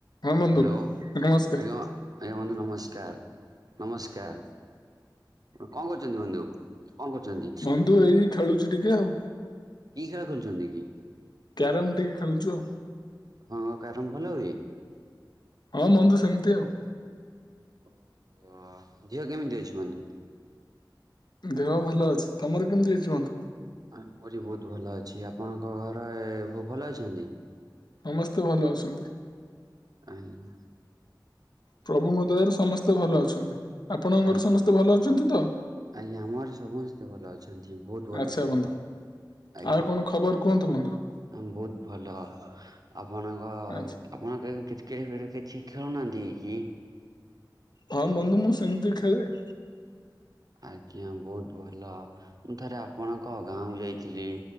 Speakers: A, on the left; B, on the right.
A: ହଁ ବନ୍ଧୁ
B: ହ୍ୟାଲୋ ଆଜ୍ଞା
A: ନମସ୍କାର
B: ଆଜ୍ଞା ବନ୍ଧୁ ନମସ୍କାର। ନମସ୍କାର। କଣ କରୁଚନ୍ତି ବନ୍ଧୁ? କଣ କରୁଚନ୍ତି?
A: ବନ୍ଧୁ ଏଇ ଖେଳୁଛି ଟିକେ ଆଉ
B: କି ଖେଳ ଖେଳୁଛନ୍ତି କି?
A: କ୍ୟାରମ୍ ଟିକେ ଖେଳଛୁ ଆଉ।
B: ଆପଣଙ୍କ କ୍ୟାରମ ଭଲ ହୁଏ?
A: ହଁ ବନ୍ଧୁ ସେମିତି ଆଉ।
B: ଓହୋ! ଧିଅ କେମିତି ଅଛି ବନ୍ଧୁ?
A: ଦେହ ଭଲ ଅଛି, ତୋମର କେମିତି ଅଛି ବନ୍ଧୁ?
B: ଆଁ, ମୋର ବି ବହୁତ ଭଲ ଅଛି, ଆପଣଙ୍କ ଘରେ ଭ-ଭଲ ଅଛନ୍ତି?
A: ସମସ୍ତେ ଭଲ ଅଛନ୍ତି।
B: ଆନ୍ଧୁ
A: ପ୍ରଭୁଙ୍କ ଦୟାରୁ ସମସ୍ତେ ଭଲ ଅଛନ୍ତି, ଆପଣଙ୍କର
B: ଆଜ୍ଞା
A: ସମସ୍ତେ ଭଲ ଅଛନ୍ତି ତ?
B: ଆଜ୍ଞା ଆମର ସମସ୍ତେ ଭଲ ଅଛନ୍ତି, ବହୁତ ଭଲ
A: ଆଚ୍ଛା
B: ଅଛନ୍ତି,
A: ବନ୍ଧୁ
B: ଆ
A: ଆଉ କଣ ଖବର କୁହନ୍ତୁ ବନ୍ଧୁ?
B: ଅଁ, ବହୁତ ଭଲ, ଆପଣଙ୍କ
A: ଆଚ୍ଛା
B: ଆପଣ କେ କ୍ରିକେଟ୍ ଖେଳ କିଛି ଖେଳୁନାହାନ୍ତି କି?
A: ହଁ ବନ୍ଧୁ ମୁଁ ସେମିତି ଖେଳେ।
B: ଆଜ୍ଞା ବହୁତ ଭଲ ମୁଁ ଥରେ ଆପଣଙ୍କ ଗାଁକୁ ଯାଇଥିଲି।